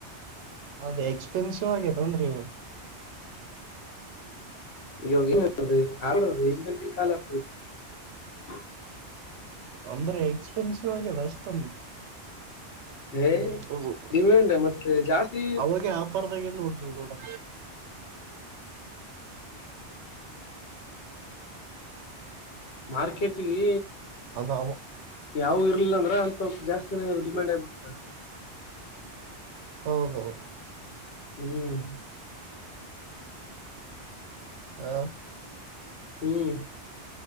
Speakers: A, on the right; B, on the left.
A: ಅದೇ ಎಕ್ಸ್ಪೆನ್ಸಿವ್ ಆಗೇದಂದರಿ ಇವಾಗ
B: <unintelligible>
A: ಅಂದ್ರೆ ಎಕ್ಸ್ಪೆನ್ಸಿವ್ ಆಗ್ಯದ ಅಷ್ಟೊಂದು
B: ಏ
A: ಹೌದು
B: ಡಿಮ್ಯಾಂಡ್ ಮತ್ತೆ ಜಾಸ್ತಿ
A: ಅವಾಗ ಆಫರ್ ದಾಗ ಎಲ್ಲೂ ಹೋಗಿದ್ದೇವೆ ನೋಡು
B: ಮಾರ್ಕೆಟ್ ಈ
A: ಅದು ಅವ
B: ಯಾವ ಇರ್ಲಿಲ್ಲ ಅಂದ್ರ ಅಂತವ ಜಾಸ್ತಿನ ಡಿಮಾಂಡ್ ಆಗ್ಬಿಡ್ತ
A: ಹೌದೌದು
B: ಹ್ಮ್
A: ಹಾ
B: ಹ್ಮ್